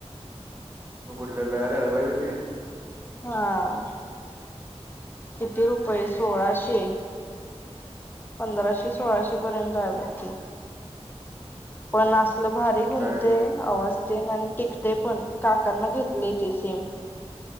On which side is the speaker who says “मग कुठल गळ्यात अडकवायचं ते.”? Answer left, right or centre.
Right